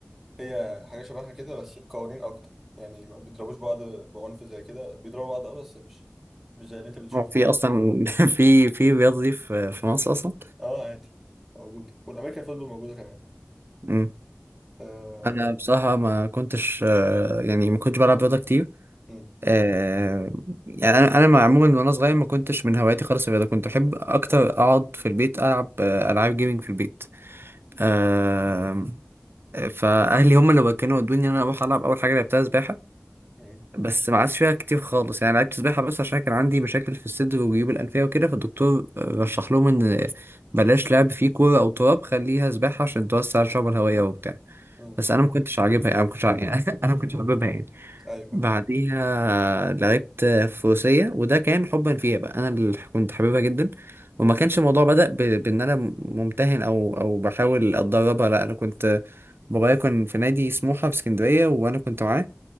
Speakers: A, in the centre; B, on the right.
A: هي حاجة شبهها كده بس قوانين أكتر يعني ما بيضربوش بعض بعنف زي كده بيضربوا بعض أه بس مش مش زي اللي أنت بتشوفه
B: هو في
A: بتاع
B: اصلا
A: ده.
B: <laughs> في في رياضه دي في في مصر اصلا
A: أه عادي موجود والأمريكان فوتبول موجودة كمان
B: مم.
A: آه.
B: انا بصراحه ما كنتش آه، يعني ما كنتش بلعب رياضه كتير
A: مم.
B: آه، يعني انا انا مع- عموما وانا صغير ما كنتش من هواياتي خالص الرياضه كنت احب اكتر اقعد في البيت العب آه، العاب جيمنج في البيت آه،
A: مم.
B: فاهلي هم اللي كانوا ودوني ان انا اروح العب اول حاجه لعبتها سباحه
A: مم.
B: بس ما عادش فيها كتير خالص يعني لعبت سباحه بس عشان كان عندي مشاكل في الصدر وجيوب الانفيه وكده فالدكتور آه، رشح لهم ان بلاش لعب فيه كوره او تراب خليها سباحه عشان توسع الشعب الهوائيه وبتاع
A: مم.
B: بس انا ما كنتش عاجبها يعني، انا ما كنتش عاجب- يعني <laughs> انا ما كنتش حاببها يعني
A: أيوه فهمت
B: بعديها لعبت فروسية وده كان حبا فيها بقى انا اللي كنت حاببها جدا وما
A: مم.
B: كانش الموضوع بدأ ب... بان انا ممتهن او او بحاول اتدربها لا انا كنت بابايا كان في نادي سموحة في اسكندرية وانا كنت معاه